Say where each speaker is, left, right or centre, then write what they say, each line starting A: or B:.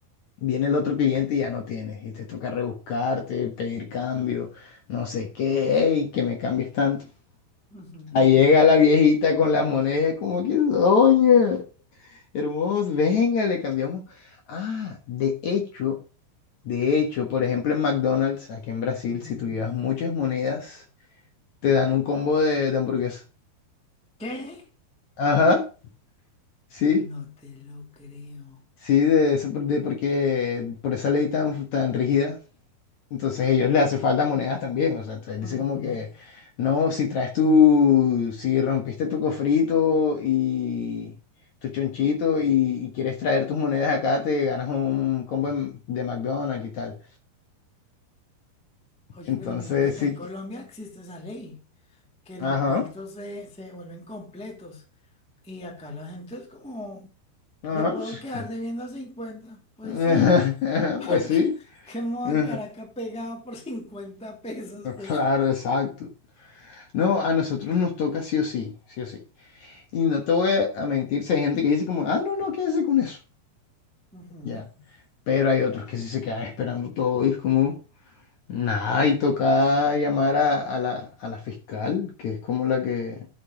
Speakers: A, on the left; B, in the centre.
A: Viene el otro cliente y ya no tienes, y te toca rebuscarte, pedir cambio, no sé qué, ey, que me cambies tanto.
B: Ujú,
A: Ahí llega la viejita con las monedas, como que, doña, hermoso, venga, le cambiamos. Ah, de hecho, de hecho, por ejemplo, en McDonald's, aquí en Brasil,
B: ujú.
A: si tú llevas muchas monedas, te dan un combo de, de hamburguesa.
B: ¿Qué?
A: Ajá, sí,
B: No te lo creo.
A: sí, de eso, por- de porque por esa ley tan, tan rígida Entonces a ellos les hace falta monedas también, o sea, entonces dice
B: Ujú.
A: como que, no, si traes tu, si rompiste tu cofrito y tu chonchito y, y quieres traer tus monedas acá, te ganas un combo de, de McDonald's y tal.
B: Oye,
A: Entonces
B: pero mira que acá
A: sí,
B: en Colombia existe esa ley, que
A: ajá,
B: los vueltos se, se vuelven completos. Y acá la gente es como,
A: ajá,
B: le puedo
A: sí,
B: quedar
A: co-
B: debiendo cincuenta Pues
A: <laughs>
B: sí, <laughs>
A: pues
B: porque
A: sí,
B: ¿qué me voy
A: ajá,
B: a quedar acá pegado por 50 pesos? Pues.
A: claro, exacto. No, a nosotros
B: Oye.
A: nos toca sí o sí, sí o sí. Y no te voy a mentir, si hay gente que dice como, ah, no, no, quédese con eso,
B: Ujú,
A: ya. Pero hay otros que sí se quedan esperando todo y es como, nada, y toca llamar a, a la, a la fiscal, que es como la que,